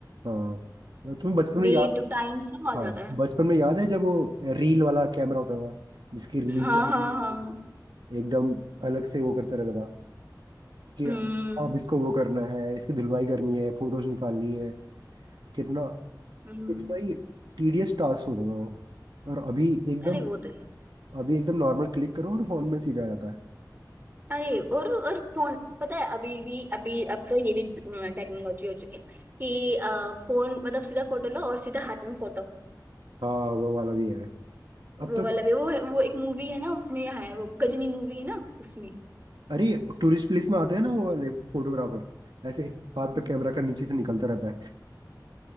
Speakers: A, on the right; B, on the right.
A: हाँ तुम्हें बचपन में
B: डेट
A: याद
B: टाइम सब आ
A: हाँ
B: जाता है
A: बचपन में याद है जब वो रील वाला कैमरा होता था जिसकी रील
B: हाँ
A: के
B: हाँ हाँ
A: एकदम अलग से वो करते रहता था कि
B: हम्म
A: अब इसको वो करना है इसकी धुलवाई करनी है फोटोज निकालनी है कितना
B: हम्म,
A: कितना ही टीडियस टास्क होता था वो और अभी एकदम
B: अरे वो तो है
A: अभी एकदम नॉर्मल क्लिक करो और फोन में सीधा आ जाता है
B: अरे और और फोन पता है अभी भी अभी अब तो ये भी टेक्नोलॉजी हो चुकी है कि अ, फोन मतलब सीधा फोटो लो और सीधा हाथ में फोटो
A: हाँ वो वाला भी है अब
B: वो
A: तो
B: वाला भी वो है वो एक मूवी है ना उसमें है वो गजनी मूवी है ना उसमें
A: अरे टूरिस्ट प्लेस में आते हैं ना वो वाले फोटोग्राफर ऐसे हाथ पे कैमरा का नीचे से निकलता रहता है